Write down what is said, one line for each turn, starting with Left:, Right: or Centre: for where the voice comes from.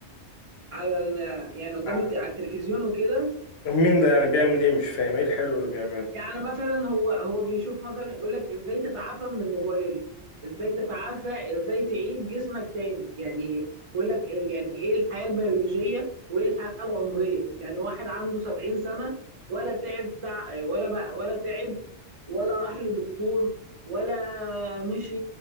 Right: على ال... يعني قدام
Left: ع-
Right: الت... على التلفزيون وكده
Left: مين ده يعني بيعمل ايه مش فاهم ايه الحلو اللي بيعمله
Right: يعني مثلا هو هو بيشوف مثلا يقول لك ازاي تتعافى من الموبايل ازاي تتعافى ازاي تعيد جسمك تاني يعني بيقول لك إيه- يعني ايه الحياة البيولوجية وايه الحياة العمرية يعني واحد عنده 70 سنة ولا تعب تع... ولا بقى ولا تعب ولا راح لدكتور ولا مشي